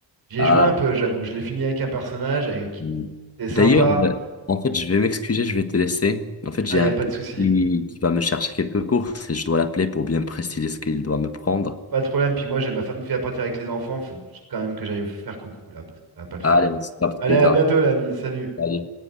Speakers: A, on the right; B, on the left.
A: J'y
B: Ah.
A: ai joué un peu, j'avoue. Je l'ai fini avec un personnage, avec...
B: hmm.
A: c'est sympa.
B: D'ailleurs, euh, en fait, je vais m'excuser, je vais te laisser. En fait, j'ai
A: Ah, y
B: un
A: a pas
B: pote
A: de souci.
B: qui, qui va me chercher quelques courses et je dois l'appeler pour bien préciser ce qu'il doit me prendre.
A: Pas de problème. Puis moi, j'ai ma femme qui va partir avec les enfants. Faut que je- quand même que j'aille faire coucou là, parce que ça va pas le faire.
B: Allez, on se capte
A: Allez,
B: plus
A: à
B: tard.
A: bientôt, l'ami. Salut.
B: Salut.